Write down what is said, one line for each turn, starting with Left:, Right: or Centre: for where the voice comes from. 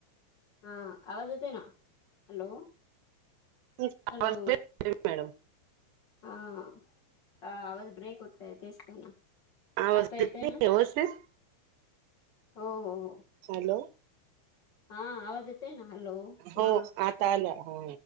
Left: हा आवाज येतोय ना?, हॅलो
Right: तुमचा
Left: हॅलो
Right: आवाज येत नाही मॅडम
Left: हा आवाज ब्रेक होतंय, तेच तर ना,
Right: आवाज
Left: आता येतय
Right: येत
Left: ना.
Right: <unintelligible>
Left: हो हो हो
Right: हॅलो
Left: हा, आवाज येत तय ना, हॅलो हा
Right: हो, आता आला हो.